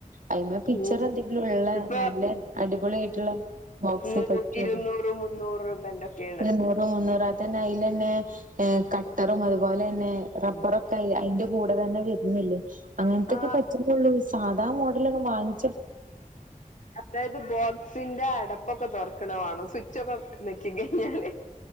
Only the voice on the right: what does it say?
അയ്മ്മ പിക്ചർ
എന്തെങ്കിലും ഉള്ള
നല്ല അടിപൊളി ആയിട്ടുള്ള ബോക്സെ
പറ്റുള്ളൂ.
പിന്നെ ഇരുന്നൂറ മുന്നൂറ തന്നെ അതിൽ തന്നെ കട്ടറും അതുപോലെ തന്നെ റബർ ഒക്കെ അയി അയിന്റെ കൂടെ തന്നെ വരുന്നില്ലേ അങ്ങനത്തൊക്കെ
പറ്റുന്നള്ളൂ സാധാ മോഡലൊന്നും വാങ്ങ